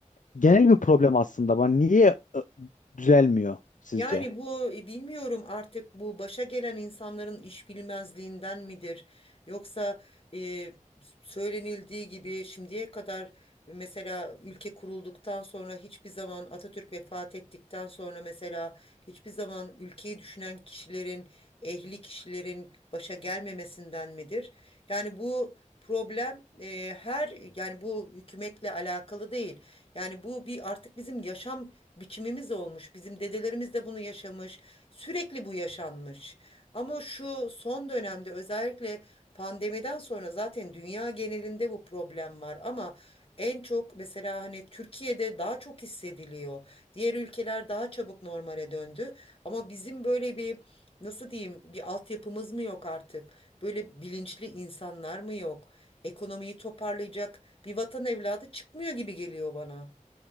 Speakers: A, on the left; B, on the left.
A: genel bir problem aslında. Bana niye e, düzelmiyor sizce?
B: Yani bu e, bilmiyorum artık bu başa gelen insanların iş bilmezliğinden midir? Yoksa e, söylenildiği gibi şimdiye kadar mesela ülke kurulduktan sonra hiçbir zaman Atatürk vefat ettikten sonra mesela hiçbir zaman ülkeyi düşünen kişilerin, ehli kişilerin başa gelmemesinden midir? Yani bu problem e, her yani bu hükümetle alakalı değil. Yani bu bir artık bizim yaşam biçimimiz olmuş. Bizim dedelerimiz de bunu yaşamış. Sürekli bu yaşanmış. Ama şu son dönemde özellikle pandemiden sonra zaten dünya genelinde bu problem var ama en çok mesela hani Türkiye'de daha çok hissediliyor. Diğer ülkeler daha çabuk normale döndü ama bizim böyle bir nasıl diyeyim bir altyapımız mı yok artık? Böyle bilinçli insanlar mı yok? Ekonomiyi toparlayacak bir vatan evladı çıkmıyor gibi geliyor bana.